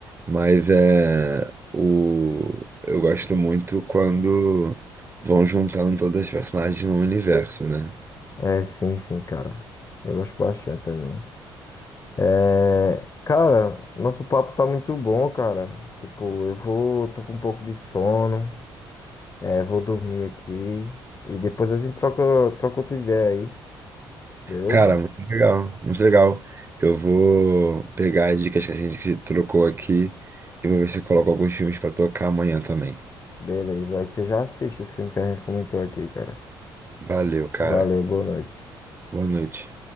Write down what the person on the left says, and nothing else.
É, sim, sim, cara. Eu gosto bastante também. É. Cara, nosso papo tá muito bom, cara. Tipo, eu vou. Tô com um pouco de sono. É, vou dormir aqui. E depois a gente troca, troca outra ideia aí, beleza?
Beleza. Aí você já assiste os filmes que a gente comentou aqui, cara.
Valeu, boa noite.